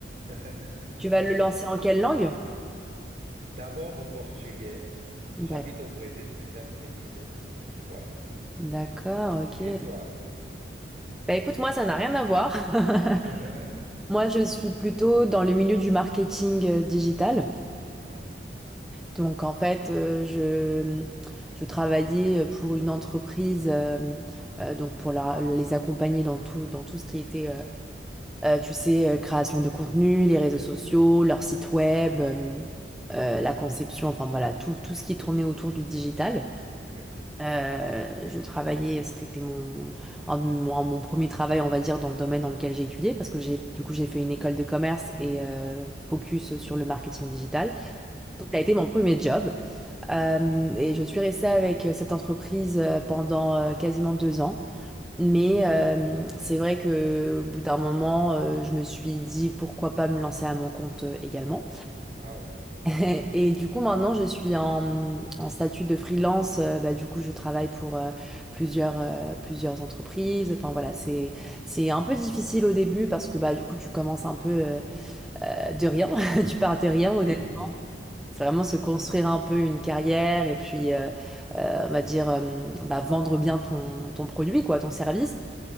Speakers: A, on the right; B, in the centre.
A: <laughs>
B: Tu vas le lancer en quelle langue?
A: D'abord en portugais. J'habite
B: D'ac-
A: au Brésil déjà, ça fait 10 ans. Et voilà.
B: D'accord, ok.
A: Et toi?
B: Bah écoute, moi, ça n'a rien à voir. <laughs>
A: <laughs>
B: Moi, je suis plutôt dans le milieu du marketing euh, digital.
A: Ah oui,
B: Donc, en fait, euh, je, je travaillais euh, pour une entreprise, euh, euh, donc pour la- les accompagner dans tout, dans tout ce qui était euh, Euh, tu sais, euh, création de contenu, les réseaux sociaux, leur site web, euh, euh, la conception, enfin voilà, tout, tout ce qui tournait autour du digital.
A: oui,
B: Euh, je travaillais, c'était mon, un de mon, mon premier travail, on va dire, dans le domaine dans lequel j'ai étudié, parce que j'ai, du coup, j'ai fait une école de commerce et euh, focus sur le marketing digital.
A: ok.
B: Donc, ça a été mon premier job. Euh, et je suis restée avec euh, cette entreprise euh, pendant euh, quasiment deux ans. Mais euh, c'est vrai que au bout d'un moment, euh, je me suis dit pourquoi pas me lancer à mon compte euh, également.
A: Ah ouais,
B: <laughs> Et du coup, maintenant, je suis en, en statut de freelance. Euh, bah, du coup, je travaille pour euh, plusieurs, euh, plusieurs entreprises. Enfin voilà, c'est, c'est un peu difficile au début parce que bah, du coup, tu commences un peu euh, euh, de rien. <laughs> Tu pars de rien,
A: oui,
B: honnêtement. C'est vraiment se construire un peu une carrière et puis, euh, euh, on va dire, euh, bah, vendre bien ton, ton produit, quoi, ton service.